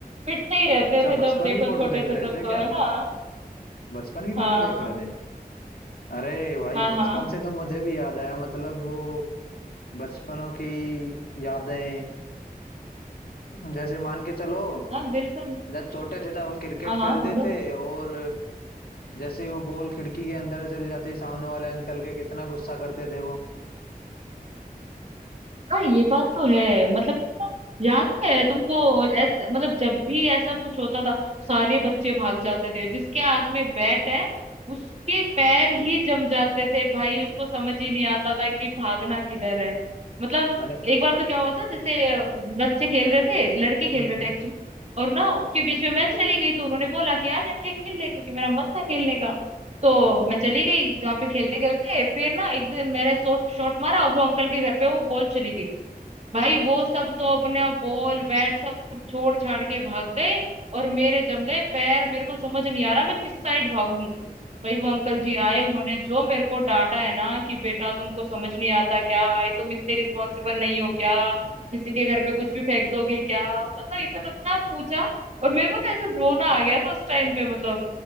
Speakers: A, on the right; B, on the left.
A: पिटते ही रहते
B: अच्छा
A: थे
B: बचपन
A: जब देखो
B: की फोटो
A: छोटे
B: देख
A: थे
B: रहे
A: तब
B: थे
A: तो
B: क्या
A: है ना
B: बचपन की
A: हाँ
B: फोटो देख रहे थे अरे भाई
A: हाँ
B: बचपन
A: हाँ
B: से तो मुझे भी याद आया मतलब वो बचपनों की यादें जैसे मान के चलो
A: हाँ बिल्कुल
B: जब छोटे थे तब हम क्रिकेट
A: हाँ हाँ
B: खेलते
A: बोलो
B: थे और जैसे ही वो बॉल खिड़की के अंदर चली जाती सामने वाले अंकल के कितना गुस्सा करते थे वो
A: हाँ ये बात तो है मतलब ना याद तो है तुमको ऐसे मतलब जब भी ऐसा कुछ होता था सारे बच्चे भाग जाते थे जिसके हाथ में बैट है उसके पैर ही जम जाते थे भाई उसको समझ ही नहीं आता था कि भागना किधर है मतलब
B: अरे
A: एक बार तो क्या हुआ था जैसे अ, बच्चे खेल रहे थे लड़के खेल
B: हम्म
A: रहे
B: हम्म
A: थे एक्चुअली और ना उनके बीच में मैं चली गई तो उन्होंने बोला कि आजा खेल ले क्योंकि मेरा मन था खेलने का तो
B: हम्म हम्म।
A: मैं चली गई जहाँ पे खेलते खेलते फिर ना एक दिन मैंने शॉट शॉट मारा और वो अंकल के घर पे वो बॉल चली गई भाई वो सब तो अपने बॉल बैट सब छोड़ छाड़ के भाग गए और मेरे जम गए पैर मेरे को समझ नहीं आ रहा मैं किस साइड भागूं भाई वो अंकल जी आए उन्होंने जो मेरे को डांटा है ना कि बेटा तुमको समझ नहीं आता क्या आए तुम इतने रिस्पॉन्सिबल नहीं हो क्या किसी के घर पे कुछ भी फेंक दोगे क्या मतलब इतना पूछा और मेरे को ना ऐसे रोना आ गया था उस टाइम पे मतलब